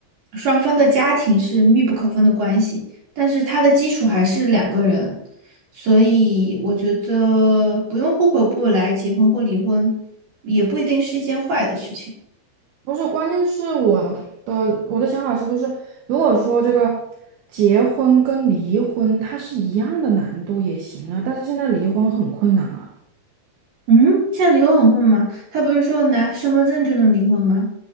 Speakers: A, on the right (about 45°); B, on the right (about 75°).
A: 双方的家庭是密不可分的关系，但是它的基础还是两个人，所以我觉得不用户口簿来结婚或离婚，也不一定是一件坏的事情。
B: 不是，关键是我的我的想法是，就是如果说这个结婚跟离婚它是一样的难度也行啊，但是现在离婚很困难啊。
A: 嗯，现在离婚很混吗？他不是说拿身份证就能离婚吗？